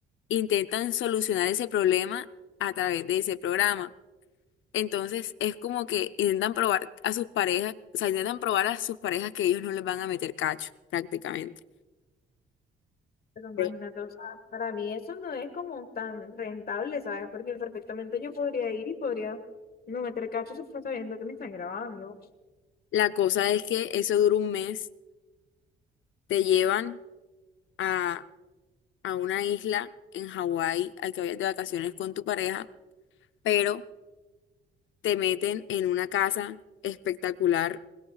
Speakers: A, on the left; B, on the left.
A: intentan solucionar ese problema a través de ese programa. Entonces es como que intentan probar a sus parejas, o sea, intentan probar a sus parejas que ellos no les van a meter cacho, prácticamente.
B: Pero imagínate,
A: Sí.
B: o sea, para mí eso no es como tan rentable, ¿sabes? Porque perfectamente yo podría ir y podría no meter cachos sabiendo que me están grabando.
A: La cosa es que eso dura un mes, te llevan a, a una isla en Hawái a que vayas de vacaciones con tu pareja, pero te meten en una casa espectacular,